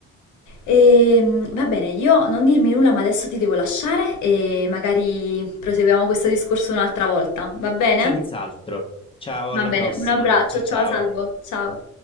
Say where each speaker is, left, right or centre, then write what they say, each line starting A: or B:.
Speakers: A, on the left; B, on the left.
A: Ehm, va bene, io non dirmi nulla, ma adesso ti devo lasciare e magari proseguiamo questo discorso un'altra volta, va bene?
B: Senz'altro. Ciao,
A: Va
B: alla
A: bene,
B: prossima.
A: un abbraccio,
B: Ciao ciao.
A: ciao Salvo, ciao.